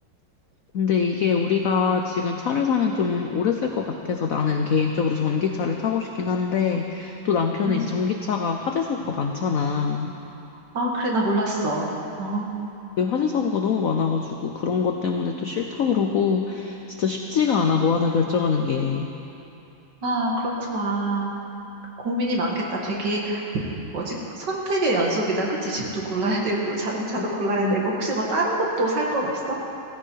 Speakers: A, on the left; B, on the right.
A: 근데 이게 우리가 지금 차를 사면 좀 오래 쓸 것 같아서 나는 개인적으로 전기차를 타고 싶긴 한데 또 남편은
B: 음.
A: 이제 전기차가 화재 사고가 많잖아.
B: 아, 그래, 나 몰랐어. 어.
A: 이게 화재 사고가 너무 많아가지고 그런 것 때문에 또 싫다 그러고 진짜 쉽지가 않아 뭐 하나 결정하는 게.
B: 아, 그렇구나. 고민이 많겠다. 되게 뭐지? 선택의 연속이다. 그치? 집도 골라야 되고 자동차도
A: 음.
B: 골라야 되고 혹시 뭐 다른 것도 살 건 없어?